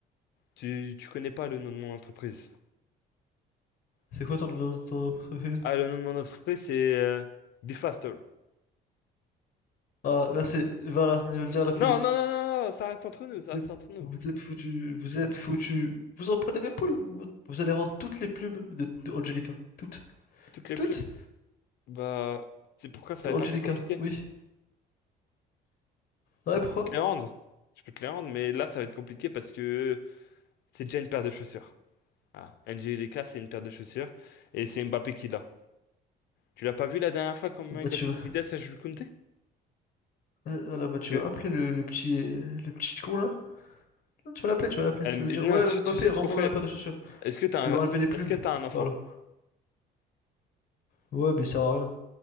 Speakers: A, on the left; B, on the left.
A: Tu, tu connais pas le nom de mon entreprise.
B: C'est quoi ton, ton... ton- ton-
A: Ah, le nom de mon entreprise, c'est euh, Be Faster.
B: Ah, là c'est. Voilà. Je vais le dire à la police.
A: Non, non, non, non, non, ça reste entre nous, ça
B: Vous
A: reste
B: êtes,
A: entre nous.
B: vous êtes foutu, vous êtes foutu. Vous en prenez mes poules. Vous, vous allez rendre toutes les plumes de, de Angelica. Toutes.
A: Toutes les
B: Toutes
A: plumes. Bah, c'est pourquoi ça
B: de
A: va
B: Angelica,
A: être un peu compliqué.
B: oui. Ah
A: Bah,
B: Ouais, pourquoi?
A: je peux te les rendre. Je peux te les rendre, mais là, ça va être compliqué parce que c'est déjà une paire de chaussures. Ah, Angelica, c'est une paire de chaussures. Et c'est Mbappé qui l'a. Tu l'as pas vu la dernière fois comment
B: Bah
A: il
B: tu
A: a mis une
B: vas,
A: vitesse à Jules Koundé?
B: ouais, voilà, bah, tu
A: Que-
B: vas appeler le, le petit, le petit con là. Tu vas l'appeler, tu vas l'appeler.
A: Euh,
B: Tu
A: mais
B: vas lui dire,
A: non,
B: ouais,
A: tu,
B: Mbappé,
A: tu sais
B: rends-moi
A: ce qu'on fait.
B: la paire de chaussures.
A: Est-ce que t'as
B: Tu vas enlever
A: un,
B: les plumes.
A: est-ce que t'as un enfant?
B: Voilà. Ouais, mais ça sert à rien.